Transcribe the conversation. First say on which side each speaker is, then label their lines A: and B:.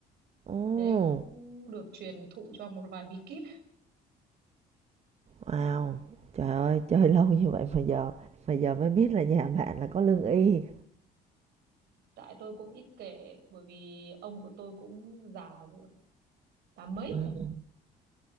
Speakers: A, on the right (about 40°); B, on the right (about 75°).
A: Ồ!
B: thế nên cũng được truyền thụ cho một vài bí kíp
A: Wow! Trời ơi, chơi lâu như vậy mà giờ mà giờ mới biết là nhà bạn là có lương y.
B: tại tôi cũng ít kể bởi vì ông của tôi cũng già rồi tám mấy
A: Ừm,
B: rồi